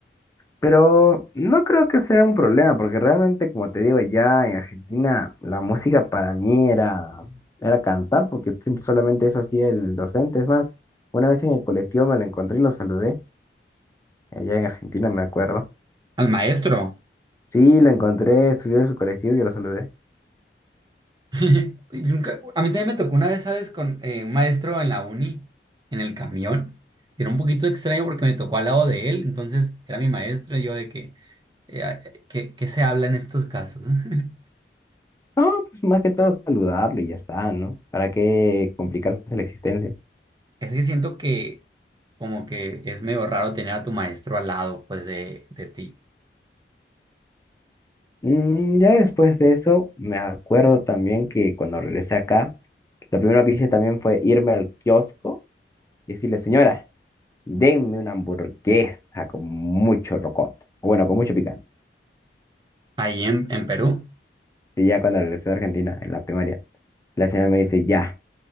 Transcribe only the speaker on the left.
Pero no creo que sea un problema, porque realmente, como te digo, ya en Argentina la música para mí era, era cantar, porque sim- solamente eso hacía el docente. Es más, una vez en el colectivo me lo encontré y lo saludé. Allá en Argentina me acuerdo.
Sí, lo encontré, subió de su colectivo y yo lo saludé.
No, pues más que todo saludarlo y ya está, ¿no? ¿Para qué complicarse la existencia?
Mm, Ya después de eso, me acuerdo también que cuando regresé acá, lo primero que hice también fue irme al kiosco y decirle, señora, denme una hamburguesa con mucho rocoto, o bueno, con mucho picante.
Y ya cuando regresé a Argentina, en la primaria, la señora me dice, ya,